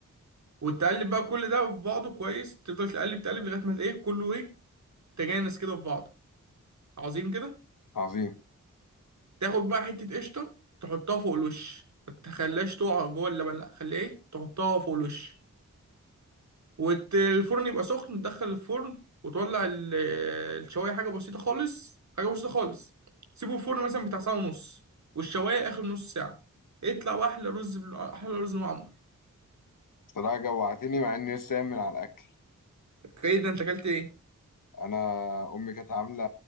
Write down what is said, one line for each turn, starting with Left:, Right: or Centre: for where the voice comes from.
Right: وتقلب بقى كل ده في بعضه كويس تفضل تقلب تقلب لغاية ما إيه كله إيه تجانس كده في بعضه عظيم كده
Left: عظيم
Right: تاخد بقى حتة قشطة تحطها فوق الوش ما تخليهاش تقع جوه اللبن لأ خليه إيه تحطها فوق الوش والفرن يبقى سخن تدخل الفرن وتولع ال- الشوايه حاجه بسيطه خالص حاجه بسيطه خالص سيبه في الفرن مثلا بتاع ساعه ونص والشوايه اخر نص ساعه اطلع واحلى رز بال- احلى رز معمر
Left: بصراحة جوعتني مع إني لسه قايم من على الأكل
Right: اوكي ده انت اكلت ايه
Left: أنا أمي كانت عاملة